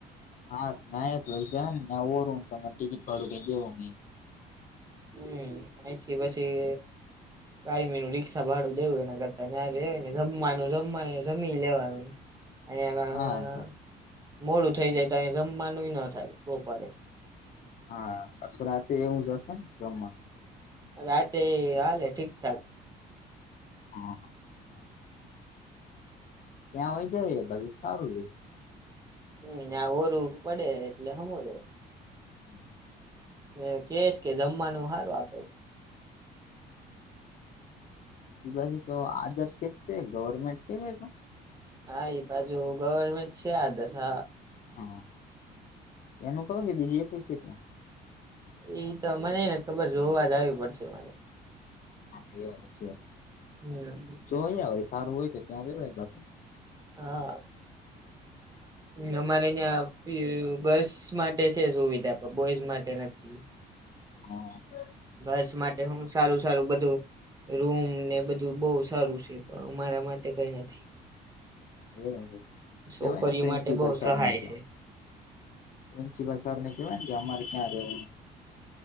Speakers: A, on the left; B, on the right.
A: હા ત્યા જ <unintelligible> ત્યા ઓરું તમા ટિકિટ ભાડું કઈ દેવું નય
B: હમ અયથી પછી કઈ <unintelligible> રિક્ષા ભાડું દેવું એને કરતા <unintelligible> જમવાનું જમવાનું જમી જ લેવાનું <unintelligible>
A: હા
B: મોડું થઈ જાય તો અયા જમવાનું ના થાય બપોરે
A: હા પશુરાતે એવું જ હશે ને જમવાનું
B: રાતે હાલે ઠીકઠાક
A: હા હા ત્યાં હોય જાય બાજુ સારું છે.
B: હમ્મ ઓરું પડે એટલે <unintelligible> સમે
A: હમ્મ
B: હ કેસ કે જમવાનું હારું આપે
A: એ બાજુ તો આદર્શે છે ગવર્મેન્ટ છેે તો
B: હા એ બાજુ ગવર્મેન્ટ છે આદત હા
A: હા એનું કવું છે બીજી <unintelligible> એકઈ છે ત્યાં
B: એ તો મને ને ખબર જોવા જ આવીવી પડશે મારે.
A: હા એ છે
B: હમ
A: જોય હોય સારું હોય તો ત્યાંવાય બાકી
B: હા હ અમારે અં ગર્લ્સ માટે છે સુવિધા બોઈઝ માટે તે નથી.
A: હા.
B: ઘર્ષ માટે હું સારું સારું બધું. રૂમ ને બધું બહુ સારું છે પણ અમારા માટે કઈ નથી.
A: એવું છે
B: છોકરીઓ
A: કેવાય ને પ્રિન્સિપલ
B: માટે બહુ
A: સરને
B: સહાય
A: કે.
B: છે
A: પ્રિન્સિપલ સર ને કેવાય ને કે અમારે ક્યાં રહે.